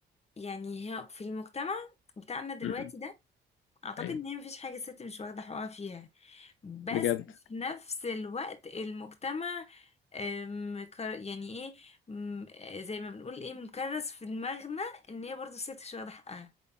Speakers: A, on the left; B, on the left.
A: يعني هي في المجتمع بتاعنا دلوقتي
B: ده
A: ده اعتقد
B: ايوه
A: ان هي مفيش حاجه الست مش واخده حقها فيها بس
B: بجد
A: في نفس الوقت المجتمع أم، كر- يعني ايه أم، زي ما بنقول ايه مكرس في دماغنا ان هي برضو الست مش واخده حقها